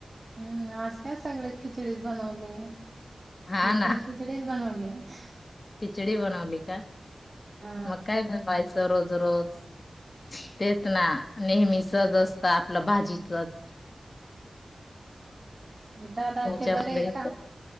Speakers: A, on the right (about 35°); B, on the left (about 45°).
A: हम्मज त्या सगळ खिचडीच बनवले
B: हा
A: मी
B: ना
A: पण खिचडीच बनवले ह
B: खिचडी बनवली का
A: हा
B: मग काय बनवायचं रोज रोज तेेत ना नेहमी सज असता आपलं भाजीचच
A: दादा
B: त्याच्यामुळे
A: ते बर आहे का